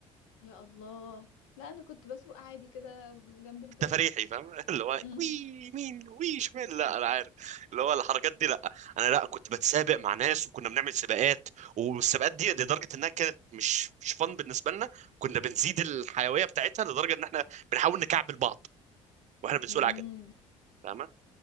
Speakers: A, on the left; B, on the right.
A: يا الله لا انا كنت بسوق عادي كده جنب البيت
B: تفريحي فاهم <laughs> اللي هو
A: امم
B: وي يمين وي شمال لا انا عارف اللي هو الحركات دي لا انا لا كنت بتسابق مع ناس وكنا بنعمل سباقات والسباقات دي لدرجه انها كانت مش مش فن بالنسبه لنا كنا بنزيد الحيويه بتاعتها لدرجه ان احنا بنحاول نكعبل بعض واحنا بنسوق
A: امم
B: العجل فاهمه